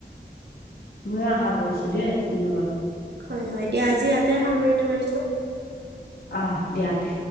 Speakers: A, on the left (about 70°); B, on the right (about 70°).
A: মই আশা কৰিছো দেই ধন্যবাদ।
B: হয়, হয় দিয়া আজি আটাই সামৰণি মাৰিছোদ
A: আহ দিয়াতে।